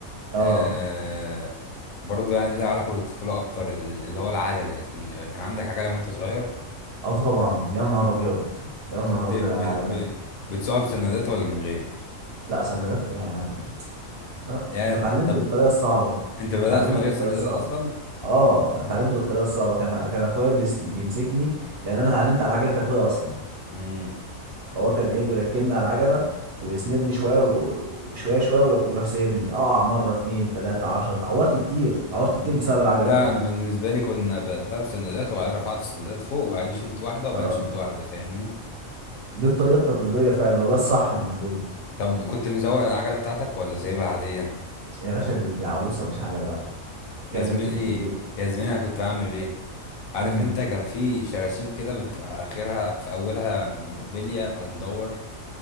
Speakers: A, on the right; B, on the left.
A: اه
B: آه برضه يعني ليها علاقه بالطفوله اكتر ال- اللي هو العجل يا زميلي يعني كان عندك عجله وانت صغير
A: اه طبعا يا نهار ابيض يا نهار
B: كنت
A: ابيض
B: ب...
A: على العجله
B: ب... بتسوقها بسندات ولا من غير
A: لا سندات ايه يا معلم لا
B: يعني
A: انا اتعلمت
B: طب
A: بالطريقه الصعبه
B: انت بدأت
A: انا اتعلمت
B: من غير
A: بالطريقه
B: سندات
A: الصعبه
B: اصلا
A: اه انا اتعلمت بالطريقه الصعبه كان كان اخويا بيس... بيمسكني لان انا اتعلمت على عجله اخويا اصلا
B: امم
A: هو كان ايه بيركبني على العجله ويسندني شويه و- وشويه شويه ويروح سايبني اقع مره اتنين تلاته عشره اتعورت كتير اتعورت كتير
B: امم
A: بسبب العجل
B: لا
A: ده
B: انا بالنسبه لي كنا بدأتها بسندات وبعدين رفعت السندات فوق وبعدين شلت واحده وبعدين
A: اه
B: شلت واحده فاهمني
A: دي الطريقة التقليدية فعلا وده الصح المفروض
B: طب كنت مزوق العجلة بتاعتك ولا سايبها عادية
A: يا باشا دي دي عروسة مش عجلة بقى تتكلم
B: يا زميلي
A: في التسويق
B: يا زميلي انا كنت بعمل ايه عارف
A: امم
B: انت كان في شراشيب كده بتبقى اخرها في اولها بلية او مدور